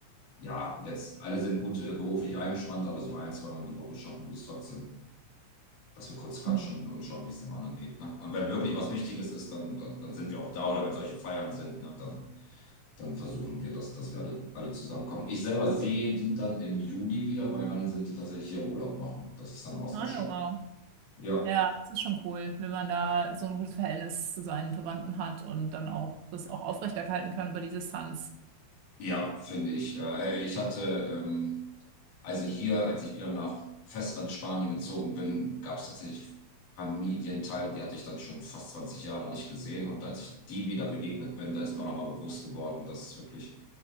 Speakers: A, on the left; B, on the right.
A: ja, jetzt alle sind gut äh, beruflich eingespannt, aber so ein, zweimal die Woche schaffen wir es trotzdem, dass wir kurz quatschen
B: Mhm.
A: und schauen, wie es dem anderen geht. Ne? Und wenn wirklich was Wichtiges ist, dann, dann, dann sind wir auch da oder wenn solche Feiern sind, ne, dann, dann versuchen wir, dass, dass wir alle, alle zusammenkommen. Ich selber sehe die dann im Juli wieder, weil dann sind die tatsächlich hier im Urlaub machen. Das ist dann auch sehr
B: Ah,
A: schön.
B: ja, wow.
A: Ja,
B: Ja, das ist schon cool, wenn man da so ein gutes Verhältnis zu seinen Verwandten hat und dann auch das auch aufrechterhalten kann über die Distanz.
A: ja, finde ich. Äh, hey, ich hatte, ähm, also hier, als ich wieder nach Festland Spanien gezogen bin, gab es tatsächlich Familienteile, die hatte ich dann schon fast 20 Jahre nicht gesehen. Und als ich die wieder begegnet bin, da ist mir auch nochmal bewusst geworden, dass es wirklich,